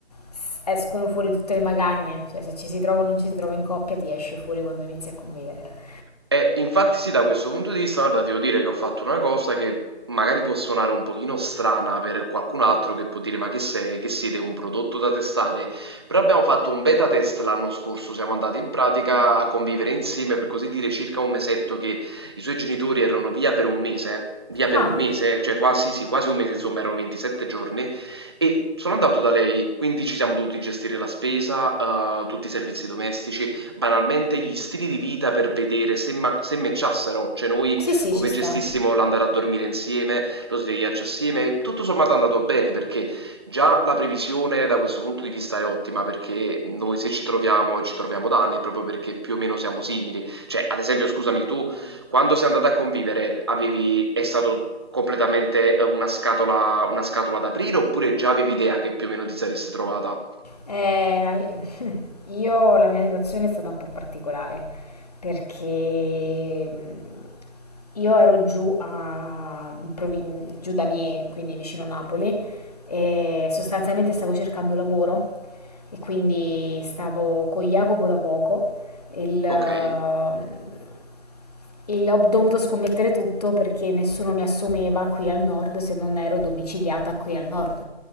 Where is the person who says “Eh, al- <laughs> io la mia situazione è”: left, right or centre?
Left